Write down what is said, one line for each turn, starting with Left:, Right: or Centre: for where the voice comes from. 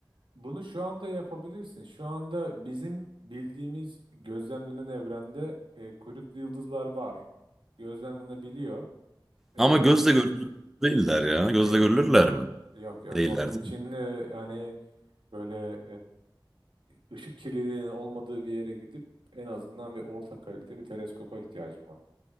Right: Bunu şu anda yapabilirsin. Şu anda bizim bildiğimiz gözlemlenen evrende e, kuyruklu yıldızlar var. Gözlemlenebiliyor. E,
Centre: Ama gözle görülür değiller ya. Gözle
Right: değiller.
Centre: görülürler mi?
Right: Yok yok.
Centre: Değiller
Right: Onun
Centre: değil
Right: için
Centre: mi?
Right: e, yani böyle e, ışık kirliliğinin olmadığı bir yere gidip en azından bir orta kalite bir teleskopa ihtiyacım var.